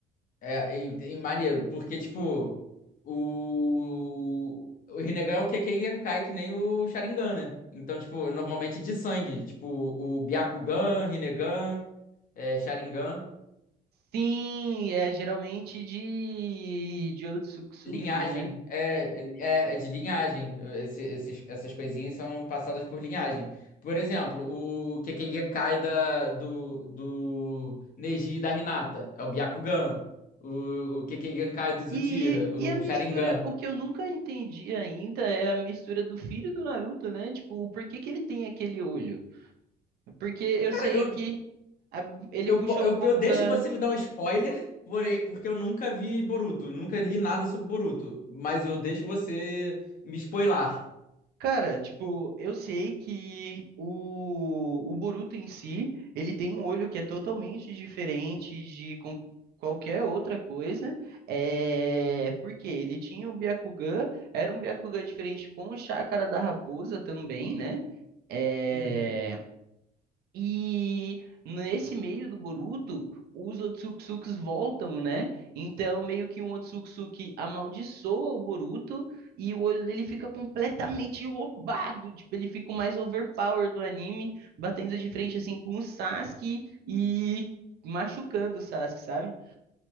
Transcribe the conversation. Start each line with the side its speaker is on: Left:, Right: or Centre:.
Left: É, entendi, maneiro, porque, tipo, o. O Rinnegan é o Kekkei Genkai, que nem o Sharingan, né? Então, tipo, normalmente é de sangue. Tipo, o Byakugan, Rinnegan, é, Sharingan.
Right: Sim, é geralmente de de Otsutsukis,
Left: Linhagem,
Right: né?
Left: é, é, é de linhagem. Esse- esses- essas coisinhas são passadas por linhagem. Por exemplo, o Kekkei Genkai da, do, do Neji e da Hinata é o Byakugan. O, o Kekkei Genkai do Uchiha,
Right: E,
Left: o
Right: e a mistura,
Left: Sharingan.
Right: o que eu nunca entendi ainda é a mistura do filho do Naruto, né? Tipo, por que que ele tem aquele olho? Porque eu
Left: Cara,
Right: sei
Left: eu,
Right: que a- ele
Left: eu,
Right: puxou
Left: po- eu,
Right: um pouco
Left: eu deixo
Right: da
Left: você me dar um spoiler, porém, porque eu nunca vi Boruto, nunca li nada sobre Boruto, mas eu deixo você me spoilar.
Right: Cara, tipo, eu sei que o, o Boruto em si, ele tem um olho que é totalmente diferente de com- qualquer outra coisa, é, porque ele tinha o Byakugan, era um Byakugan diferente com o Chakra da Raposa também, né? Eh,
Left: Uhum.
Right: e nesse meio do Boruto, os Otsutsukis voltam, né? Então, meio que um Otsutsuki amaldiçoa o Boruto e o olho dele fica completamente roubado. Tipo, ele fica o mais overpower do anime, batendo de frente assim com o Sasuke e machucando o Sasuke, sabe?